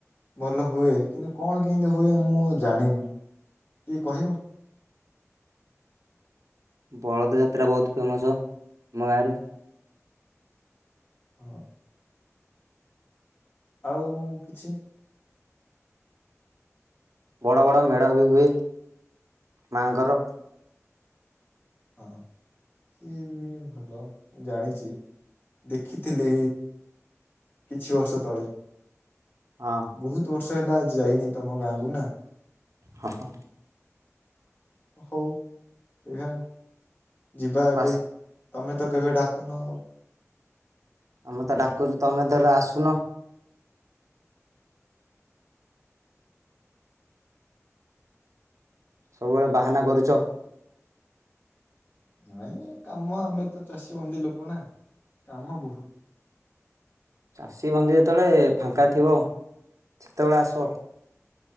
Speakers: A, on the left; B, on the right.
A: ଭଲ ହୁଏ କିନ୍ତୁ କଣ କେମିତି ହୁଏ ମୁଁ ଜାଣିନି ଟିକେ କହିବ।
B: ବଳଦ ଯାତ୍ରା ବହୁତ ଫେମସ ଆମ ଗାଁରେ
A: ହଁ ଆଉ କିଛି
B: ବଡ଼ ବଡ଼ ମେଢ଼ ବି ହୁଏ ମାଆଙ୍କର
A: ହଁ ସିଏ ବି ଭଲ ମୁଁ ଜାଣିଛି। ଦେଖିଥିଲେ କିଛି ବର୍ଷ ତଳେ।
B: ହଁ
A: ବହୁତ ବର୍ଷ ହେଲା ଯାଇନି ତମ ଗାଁକୁ ନା।
B: ହଁ ହଁ
A: ହଉ <inaudible> ଏହା <inaudible> ଯିବା
B: ବାସ୍
A: ଏବେ <inaudible> ତମେ ତ କେବେ ଡାକୁନ ଆଉ।
B: ଆମେ ତ ଡାକୁଚୁ ତମେ ଧରେ ଆସୁନ। ସବୁବେଳେ ବାହାନା କରୁଚ।
A: ନାଇଁ କାମ ଆମେ ତ ଚାଷୀ ବନ୍ଦୀ ଲୋକ ନା <inaudible> କାମ ବହୁ
B: ଚାଷୀ ବନ୍ଦି ଯେତେବେଳେ ଫାଙ୍କା ଥିବ <inaudible> ସେତେବେଳେ ଆସ।